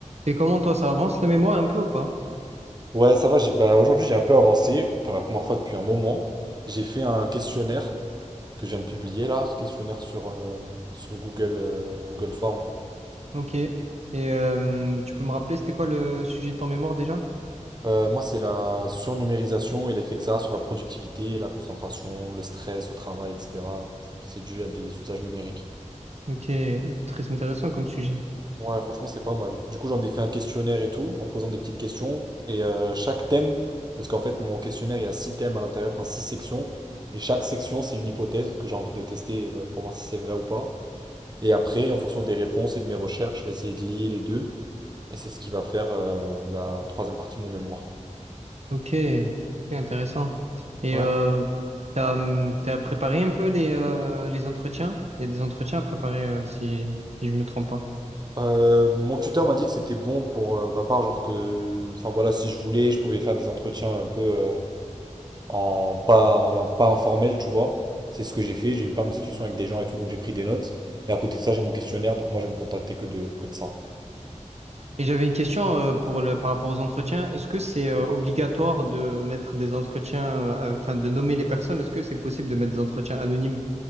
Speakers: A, on the right (about 55°); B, on the right (about 35°).
A: Et comment toi, ça avance le mémoire un peu ou pas?
B: Ouais, ça va. j'ai- Bah, aujourd'hui, j'ai un peu avancé pour la première fois depuis un moment. J'ai fait un questionnaire que je viens de publier là, ce questionnaire sur, euh, sur Google, euh, Google Form.
A: Ok. Et euh, tu peux me rappeler, c'était quoi le sujet de ton mémoire déjà?
B: Euh, moi, c'est la surnumérisation et l'effet que ça a sur la productivité, la concentration, le stress au travail, etc. C'est dû à des usages numériques.
A: Ok, très intéressant comme sujet.
B: Ouais, franchement, c'est pas mal. Du coup, j'en ai fait un questionnaire et tout, en posant des petites questions. Et euh, chaque thème, parce qu'en fait, mon questionnaire, il y a six thèmes à l'intérieur, enfin six sections. Et chaque section, c'est une hypothèse que j'ai envie de tester euh, pour voir si c'est vrai ou pas. Et après, en fonction des réponses et de mes recherches, je vais essayer de lier les deux. Et c'est ce qui va faire euh, la troisième partie de mon mémoire.
A: Ok, Ok, intéressant. Et
B: Ouais.
A: euh, t'as, hum, t'as préparé un peu les, euh, les entretiens? Il y a des entretiens à préparer euh, si, si je me trompe pas.
B: Euh, mon tuteur m'a dit que c'était bon pour euh, ma part, genre que, enfin voilà, si je voulais, je pouvais faire des entretiens un peu euh, en pas en, en pas informel, tu vois. C'est ce que j'ai fait, j'ai eu plein de discussions avec des gens et tout, donc j'ai pris des notes. Et à côté de ça, j'ai mon questionnaire, donc moi je vais me contacter que de, que de ça.
A: Et j'avais une question euh, pour le, par rapport aux entretiens. Est-ce que c'est euh, obligatoire de mettre des entretiens, euh, enfin de nommer les personnes? Est-ce que c'est possible de mettre des entretiens anonymes?